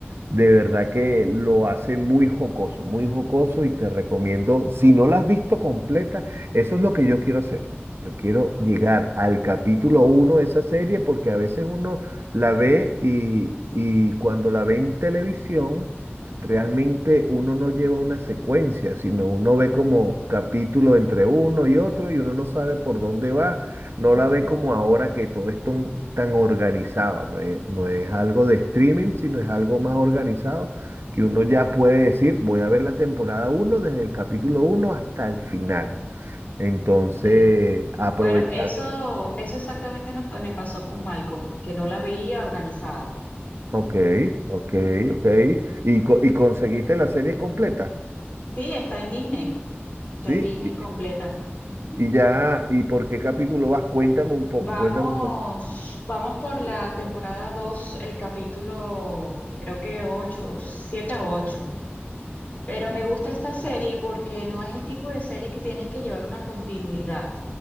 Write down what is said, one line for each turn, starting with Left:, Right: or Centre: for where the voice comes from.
Right: de verdad que lo hace muy jocoso, muy jocoso y te recomiendo, si no la has visto completa, eso es lo que yo quiero hacer. Yo quiero
Left: ok.
Right: llegar al capítulo uno de esa serie porque a veces uno la ve y, y cuando la ve en televisión, realmente uno no lleva una secuencia, sino uno ve como capítulo entre uno y otro y uno no sabe por dónde va. No
Left: ujú,
Right: la ve como ahora que todo es ton- tan organizado, no es, no es algo de streaming, sino es algo más organizado que uno ya puede decir, voy a ver la temporada uno desde el capítulo uno hasta el final. Entonces,
Left: Sí.
Right: aprovechar.
Left: Bueno, eso, eso exactamente no- me pasó con Malcolm, que no la veía organizada.
Right: Ok, ok,
Left: Ujú.
Right: ok. Y, co- y conseguiste la serie completa,
Left: Sí, está en Disney. Está
Right: ¿sí?
Left: en Disney
Right: Y,
Left: completa. Ujú.
Right: y ya, ¿y por qué capítulo vas? Cuéntame un poco,
Left: Vamos,
Right: cuéntame un poco.
Left: vamos por la temporada 2, el capítulo creo que 8, 7 o 8. Pero me gusta esta serie porque no es el tipo de serie que tienes que llevar una continuidad.